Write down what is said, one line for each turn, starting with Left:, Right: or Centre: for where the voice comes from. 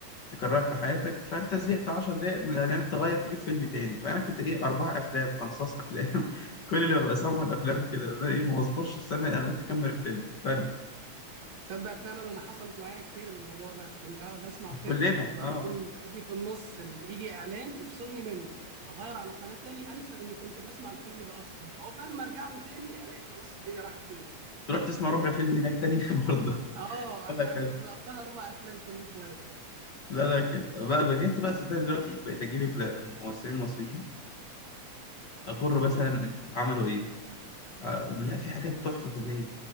Left: تكررك في حياتك فانت زهقت 10 دقائق من الاعلانات تغير تجيب فيلم تاني فانا كنت ايه اربع افلام انصاص افلام <laughs> كل اللي ببقى سامعه الافلام كده إن انا ايه ما بصبرش استنى الاعلانات اكمل الفيلم بنقل
Right: تصدق فعلا انا حصلت معايا كتير الموضوع ده كنت اقعد اسمع فيلم
Left: كلنا
Right: وبعدين
Left: اه
Right: اجي في النص ال- يجي اعلان يفصلني منه اغير على قناه تاني انسى اني كنت بسمع الفيلم ده اصلا عقبال ما ارجع له تاني الاقي خلاص الدنيا راحت مني
Left: تروح تسمع ربع فيلم هناك تاني <laughs> برضه
Right: اه
Left: وهكذا
Right: احنا بقى اربع افلام كل شويه
Left: لا لا كده بقى بقى جيت بقى صدقني دلوقتي بقيت اجيب الممثلين المصريين اقر مثلا
Right: اه
Left: عملوا ايه آه، لا في حاجات تحفه فنيه